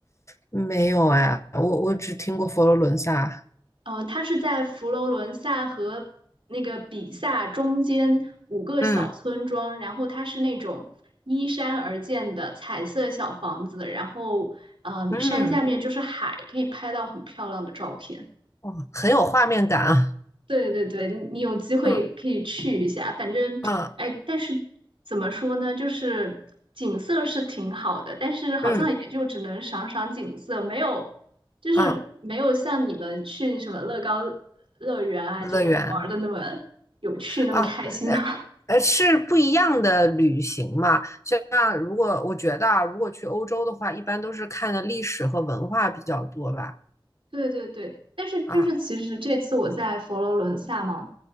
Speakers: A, on the left; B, on the right.
A: 没有哎，我我只听过佛罗伦萨，
B: 嗯、呃它是在佛罗伦萨和那个比萨中间五个小村庄，
A: 嗯
B: 然后它是那种依山而建的彩色小房子，然后嗯、
A: 嗯。
B: 呃山下面就是海，可以拍到很漂亮的照片。
A: 哦，很有画面感啊！
B: 对对对，你你有机会可以去一下，
A: 嗯
B: 反正，
A: 嗯
B: 哎，但是怎么说呢，就是景色是挺好的，但是好像也就只能赏赏景色，
A: 嗯
B: 没有，就是没有像你们去什么乐高
A: 嗯，
B: 乐园啊这种玩的那么
A: 乐园
B: 有趣，那么开心啊。
A: 啊，呃呃，
B: <laughs>
A: 是不一样的旅行嘛。就像如果我觉得啊，如果去欧洲的话，一般都是看的历史和文化比较多吧。
B: 对对对，但是就是其实这次我在佛罗伦萨嘛，
A: 啊，